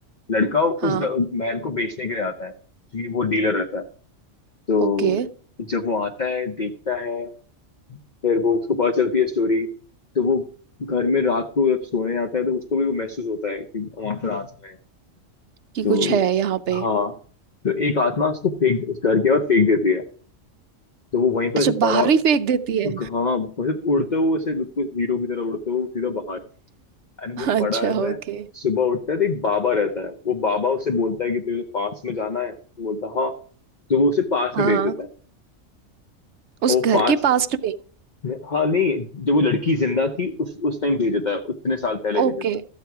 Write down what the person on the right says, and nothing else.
हाँ
ओके
कि
कुछ है यहाँ पे
अच्छा
बाहर ही फेंक देती
है
<laughs>
अच्छा
ओके
हाँ
हाँ
उस
घर
के पास में
ओके